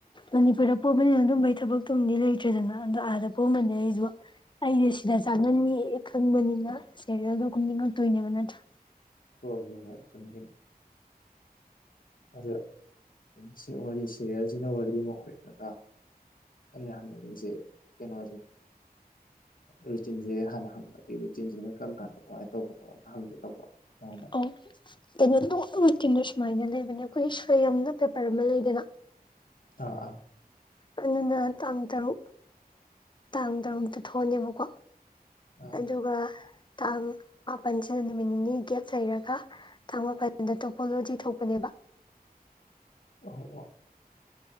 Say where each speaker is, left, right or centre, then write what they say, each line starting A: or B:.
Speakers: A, on the left (about 30°); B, on the left (about 60°).
A: ꯃꯅꯤꯄꯨꯔꯗ ꯄꯣꯝꯄꯅꯤꯅ ꯑꯗꯨꯝꯕꯩ ꯊꯕꯛꯇꯨꯝꯗꯤ ꯂꯩꯇ꯭ꯔꯦꯗꯅ ꯑꯗꯣ ꯑꯥꯗ ꯕꯣꯛꯑꯝꯃ ꯂꯗꯤ ꯑꯩꯁꯨ ꯁꯤꯗ ꯆꯥꯖꯅꯤ ꯌꯦ ꯈꯪꯕꯅꯤꯅ ꯁꯦꯔꯤꯌꯦꯜꯗꯣ ꯀꯨꯝꯅꯤꯡꯉꯛꯇꯣꯏꯅꯦꯕ ꯅꯠꯇ꯭ꯔꯥ
B: ꯍꯣꯏ ꯍꯣꯏ ꯍꯣꯏ ꯆꯨꯝꯗꯣꯏꯅꯤ ꯑꯗꯣ ꯄꯨꯟꯁꯤ ꯋꯔꯤ ꯁꯦꯔꯦꯜꯁꯤꯅ ꯋꯥꯔꯤ ꯑꯃ ꯑꯣꯏꯈ꯭ꯔꯒ ꯑꯩꯅ ꯍꯪꯅꯤꯡꯉꯤꯁꯦ ꯀꯩꯅꯣꯁꯦ ꯔꯨꯇꯤꯟꯁꯦ ꯍꯥꯟꯅ ꯍꯪꯉꯒꯦ ꯔꯨꯇꯤꯟꯁꯤꯅ ꯀꯔꯝ ꯀꯥꯟꯗ ꯀꯃꯥꯏꯅ ꯇꯧꯕꯅꯣꯗ ꯍꯪꯒꯦ ꯇꯧꯕ ꯅꯉꯣꯟꯗ
A: ꯑꯣ ꯀꯩꯅꯣ ꯇꯧ ꯔꯨꯇꯤꯟ ꯁꯦ ꯁꯨꯃꯥꯏꯅ ꯂꯩꯕꯅꯦ ꯑꯩꯈꯣꯏꯒꯤ ꯁꯣꯏꯌꯝꯗ ꯄꯔꯥꯃꯔꯤ ꯑꯃ ꯂꯩꯗꯅ
B: ꯑꯥ ꯑꯥ
A: ꯑꯗꯨꯅ ꯇꯥꯡ ꯇꯔꯨꯛ ꯇꯥꯡ ꯇꯔꯨꯛꯇ ꯊꯣꯛꯑꯅꯦꯕꯀꯣ
B: ꯑꯥ
A: ꯑꯗꯨꯒ ꯇꯥꯡ ꯃꯥꯄꯜꯁꯤꯗ ꯅꯨꯃꯤꯠ ꯅꯤꯅꯤ ꯒꯦꯞ ꯂꯩꯔꯒ ꯇꯥꯡ ꯃꯥꯄꯜꯗ ꯇꯣꯄꯣꯂꯣꯖꯤ ꯊꯣꯛꯄꯅꯦꯕ
B: ꯑꯣ ꯑꯣ